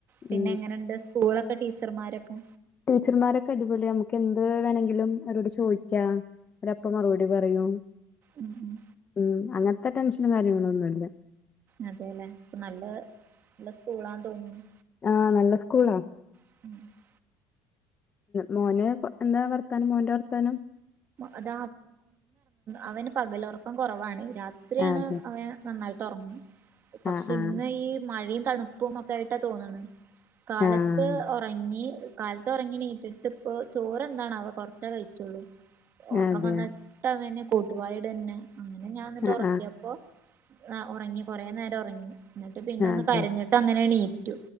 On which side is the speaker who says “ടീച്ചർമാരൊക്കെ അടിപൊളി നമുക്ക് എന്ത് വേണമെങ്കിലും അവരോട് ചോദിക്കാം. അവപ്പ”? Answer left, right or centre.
Left